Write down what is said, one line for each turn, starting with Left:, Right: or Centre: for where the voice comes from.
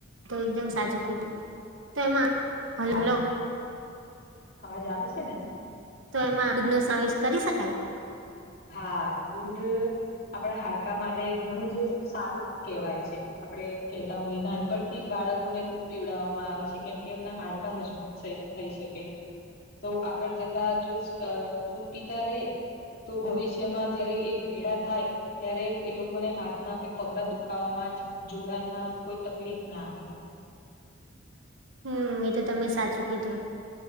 Right: તો એકદમ સાચું કીધું તો એમાં
Left: અહા
Right: હલો
Left: અવાજ આવે છે ને.
Right: તો એમાં દૂધ નો સમાવેશ કરી શકાય.
Left: હા દૂધ આપડા હાડકા માટે ઘણું જ સારું કેેવાય છે આપડે કહેતા હોય નાનપણથી જ બાળકોને દૂધ પીવડાવામાં આવે છે. કેમ કે એમના હાડકા મજબૂત થ થઈ શકે. તો આગળ જતા જો અ દૂધ પીતા રે તો ભવિષ્યમાં જયારે એક ઘેડા થાય ત્યારે એ લોકોને હાથમાં કે પગના દુખાવામાં જો જોડાણમાં કોઈ તકલીફ ના આવે.
Right: હમ્મ એ તો તમે સાચું કીધું.